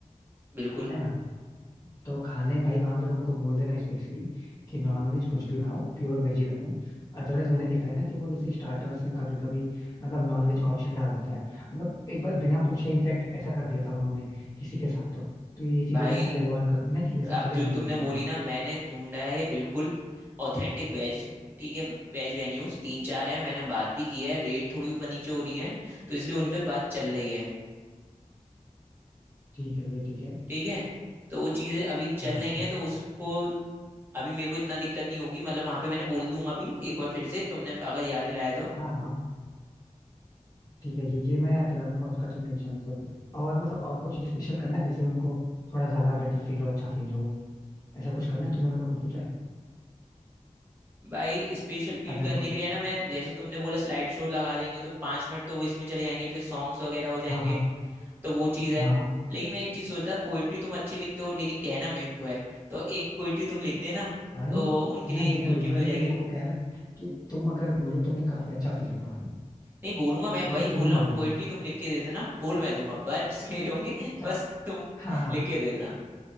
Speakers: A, on the right (about 15°); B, on the left (about 30°).
A: बिल्कुल
B: है ना तो खाने में भाई वहां पे उनको बोल देना स्पेशली कि नॉनवेज कुछ भी ना हो प्योर वेज ही रखना अदरवाइज मैंने देखा है ना कि वो जैसे स्टार्टर्स में कभी कभी मतलब नॉनवेज का ऑप्शन डाल देते हैं मतलब एक बार बिना पूछे इनफैक्ट ऐसा कर दिया था उन्होंने किसी के साथ तो तो ये चीज
A: भाई
B: उन्हें पहले वार्न कर देना कि ये सब
A: अब
B: चीजें
A: जो
B: नहीं होनी
A: तुमने
B: चाहिए
A: बोली ना मैंने ढूंढा है बिल्कुल ऑथेंटिक वेज ठीक है वेज वेन्यूज तीन चार हैं मैंने बात भी की है रेट थोड़ी ऊपर नीचे हो रही है तो इसलिए उन पे बात चल रही है
B: ठीक है ये ठीक है
A: ठीक है तो वो चीज़ें अभी चल
B: हाँ
A: रही
B: हाँ
A: हैं तो उसको अभी मेरे को इतना दिक्कत नहीं होगी मतलब वहां पे मैंने बोल दूंगा अभी एक बार फिर से तुमने अगर याद दिलाया तो
B: हाँ हाँ ठीक है ये ये मैं याद दिला दूंगा उसका तुम टेंशन मतलब और मतलब और कुछ स्पेशल करना है जैसे उनको थोड़ा ज्यादा बेटर फील हो अच्छा फील हो ऐसा कुछ करना है तुमने मतलब कुछ सोचा है
A: भाई स्पेशल फील
B: अगर
A: करने
B: कुछ
A: के लिए ना मैं जैसे तुमने बोला स्लाइड शो लगा देंगे तो पांच मिनट तो वो इसमें चले जाएंगे फिर सॉन्ग्स वगैरह हो जाएंगे
B: हाँ हाँ
A: तो वो चीज़ है
B: हाँ
A: लेकिन मैं एक चीज़ सोचता पोएट्री तुम अच्छी लिखते हो लेकिन कहना मेरे को है तो एक पोएट्री तुम लिख देना
B: भाई
A: तो उनके लिए
B: मैं लिख
A: एक पोएट्री
B: दूंगा
A: भी
B: लेकिन
A: हो जाएगी
B: देखो क्या है ना कि तुम अगर बोलो तो उन्हें काफी अच्छा फील होगा
A: नहीं बोलूंगा मैं
B: इनफेक्ट
A: वही बोल
B: तुम ही
A: रहा हूँ
B: बोलो
A: पोएट्री तुम लिख के दे देना बोल मैं दूंगा वर्ड्स मेरे होंगे <laughs>
B: अच्छा
A: बस तुम
B: हाँ हाँ
A: लिख के दे देना